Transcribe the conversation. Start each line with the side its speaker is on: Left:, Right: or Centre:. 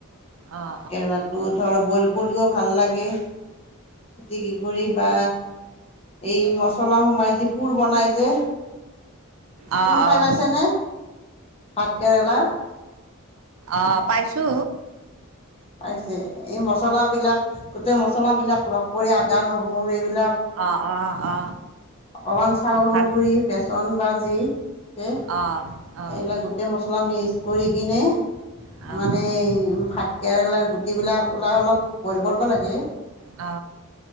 Right: অ',
Left: কেৰেলাটো ধৰ বইল কৰিও ভাল লাগে। পিটিকি কৰি বা এই মছলা সোমাই যি পোৰ বনাই যে।
Right: অ', অ',
Left: পুৰ খাই
Right: অ',
Left: পাইছে নে ভাত কেৰেলাৰ?
Right: অ পাইছো।
Left: পাইছে? এই মচলাবিলাক গোটেই মচলাবিলাক লগ কৰি আদা নহৰু এইবি
Right: অ অ অ।
Left: অকমান চাউলৰ
Right: ভাত
Left: গুড়ি, বেচন বা যি দি
Right: অ', অ',
Left: এইবিলাক গোটেই মছলা মিক্স কৰি কিনে
Right: অ',
Left: মানে এই ভাত কেৰেলাৰ গুটিবিলাক ওলাই অলপ বইল কৰবা লাগে।
Right: অ।